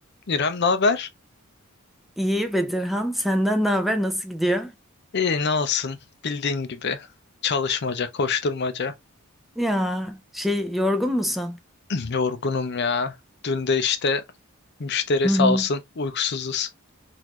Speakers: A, on the left (about 55°); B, in the centre.
A: İrem ne haber?
B: İyi Bedirhan, senden ne haber? Nasıl gidiyor?
A: İyi ne olsun. Bildiğin gibi. Çalışmaca, koşturmaca.
B: Ya şey yorgun musun?
A: <clears throat> Yorgunum ya. Dün de işte müşteri
B: Hı hı.
A: sağ olsun uykusuzuz.